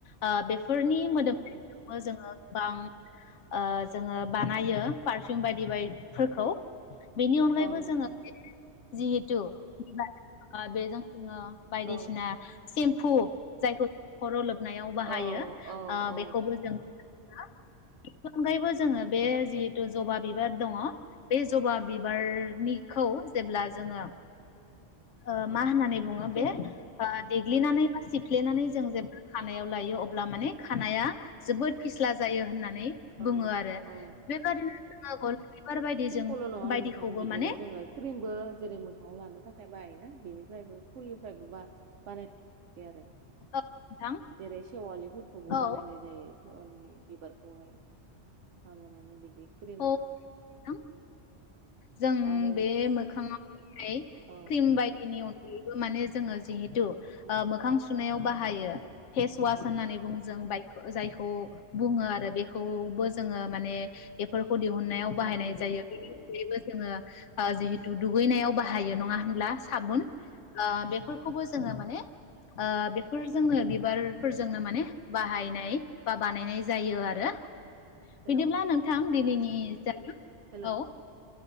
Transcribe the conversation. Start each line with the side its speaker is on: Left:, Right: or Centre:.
Left: ओ बे फोरनि मोदोम
Right: नंगौ
Left: <inaudible>
Right: नोंथां
Left: जोङो गोबां ओ जोङो बा नायो पारफिउम बायदि बाय फोरखौ बेनि अनगायैबो
Right: औ नंगौ
Left: जोङो
Right: नोंथां
Left: जिहेथु ओ बे जों जोङो बायदिसिना
Right: औ
Left: सेम्फु जायखौ खर' लोबनायाव बाहायो
Right: औ औ
Left: ओ
Right: औ
Left: बेखौबो जों <inaudible> अनगायैबो जोङो
Right: औ
Left: बे जितु जबा बिबार दङ बे जबा बिबारनि खौ जेब्ला जोङो ओ
Right: औ
Left: मा होननानै बुङो
Right: सिम
Left: बे ओ देग्लिनानै
Right: औ
Left: बा सिफ फ्लेनानै जों जेब्ला खानायाव लायो अब ब्ला माने खानायआ जोबोद फिस्ला जायो होननानै
Right: औ
Left: बुङो आरो।
Right: औ
Left: <unintelligible> बायदि
Right: सिम्पोल'
Left: जों
Right: नङा
Left: बायदिखौबो
Right: नोंथां बिदिनो
Left: माने
Right: जोङो क्रिमबो जेरै मोखाङाव लानो थाखाय बायोना बिनिफ्रायबो फुलनिफ्रायबो बा-बानाय आरो।
Left: औ नोंथां
Right: जेरै सेवालिफोरखौबो
Left: औ
Right: बानायनाय जायो। सेवालिनि बिबारखौहाय हाबानानै बिदि क्रिम
Left: औ नोंथां जों
Right: आरो
Left: बे मोखाङावहाय
Right: औ औ
Left: क्रिम बायदिनि अन बेबो माने जोङो जिहेथु ओ मोखां सुनायाव बाहायो फेस वास
Right: औ
Left: होननानै बुं जों बाय खो जायखौ बुङो आरो बेखौबो जोङो माने बेफोर खौ दिहुननायाव बाहायनाय
Right: औ नंगौ
Left: जायो
Right: नोंथां
Left: बेनि अनगायैबो। जोंयो ओ जिहे थु दुगैनायाव बाहायो नङा होनब्ला साबुन
Right: औ
Left: ओ बेफोरखौबो जोङो माने। ओ बेफोरजोंनो बिबारफोरजोंनो माने बाहायनाय बा बानायनाय जायो आरो।
Right: हेलौ
Left: बिदिब्ला नोंथां। दिनैनि जायो
Right: हेलौ
Left: औ